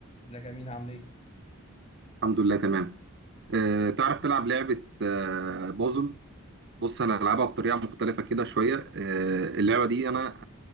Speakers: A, on the left; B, on the right.
A: ازيك يا مين عامل ايه؟
B: الحمد لله تمام أه تعرف تلعب لعبة أه بازل بص انا هلعبها بطريقة مختلفة كده شوية أه اللعبة دي انا